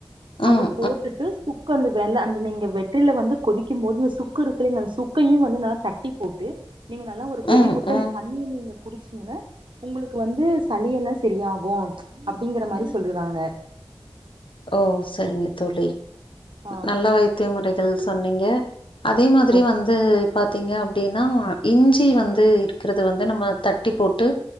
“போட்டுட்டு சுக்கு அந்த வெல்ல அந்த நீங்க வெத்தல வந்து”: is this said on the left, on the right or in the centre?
Right